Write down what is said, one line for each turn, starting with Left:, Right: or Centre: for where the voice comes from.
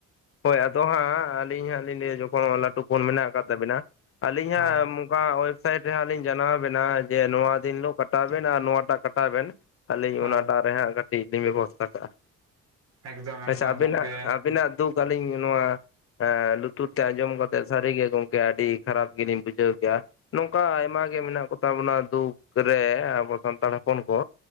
Left: ᱦᱳᱭ ᱟᱫᱚ ᱦᱟᱸᱜ ᱟᱹᱞᱤᱧ ᱦᱟᱸᱜ ᱞᱤᱧ ᱞᱟᱹᱭᱟ ᱡᱚᱠᱷᱚᱱ ᱞᱟᱹᱴᱩ ᱯᱷᱚᱱ ᱢᱮᱱᱟᱜ ᱟᱠᱟᱫ ᱛᱟᱵᱤᱱᱟ, ᱟᱹᱞᱤᱧ ᱦᱟᱸᱜᱼᱼ
Right: ᱦᱳᱭ
Left: ᱦᱚᱸ ᱳᱭᱮᱵᱽᱥᱟᱭᱤᱴ ᱨᱮ ᱦᱟᱸᱜ ᱞᱤᱧ ᱡᱟᱱᱟᱣ ᱟᱵᱮᱱᱟ ᱡᱮ ᱱᱚᱣᱟ ᱫᱤᱱ ᱦᱤᱞᱳᱜ ᱠᱟᱴᱟᱣ ᱵᱮᱱ, ᱟᱨ ᱱᱚᱣᱟᱴᱟᱜ ᱠᱟᱴᱟᱣ ᱵᱮᱱ ᱾ ᱟᱹᱞᱤᱧ
Right: ᱦᱳᱭ
Left: ᱚᱱᱟᱴᱟᱜ ᱨᱮ ᱦᱟᱸᱜ ᱠᱟᱹᱴᱤᱡ ᱞᱤᱧ ᱵᱮᱵᱚᱥᱛᱷᱟ ᱠᱟᱜᱼᱟ ᱾
Right: ᱮᱠᱫᱚᱢ ᱮᱠᱫᱚᱢ
Left: ᱟᱪᱪᱷᱟ ᱟᱹᱵᱤᱱᱟᱜ,
Right: ᱜᱚᱝᱠᱮ
Left: ᱟᱹᱵᱤᱱᱟᱜ ᱫᱩᱠ ᱟᱹᱞᱤᱧ ᱱᱚᱣᱟᱼᱼ ᱦᱮᱸ ᱞᱩᱛᱩᱨ ᱛᱮ ᱟᱸᱡᱚᱢ ᱠᱟᱛᱮᱜ ᱥᱟᱹᱨᱤ ᱜᱮ ᱜᱚᱝᱠᱮ ᱟᱹᱰᱤ ᱠᱷᱟᱨᱟᱯ ᱜᱮᱞᱤᱧ ᱵᱩᱡᱷᱟᱹᱣ ᱠᱮᱜᱼᱟ ᱾ ᱱᱚᱝᱠᱟ ᱟᱭᱢᱟ ᱜᱮ ᱢᱮᱱᱟᱜ ᱠᱚ ᱛᱟ ᱵᱚᱱᱟ ᱫᱩᱠ ᱨᱮ ᱟᱵᱚ ᱥᱟᱱᱛᱟᱲ ᱦᱚᱯᱚᱱ ᱠᱚᱼᱼ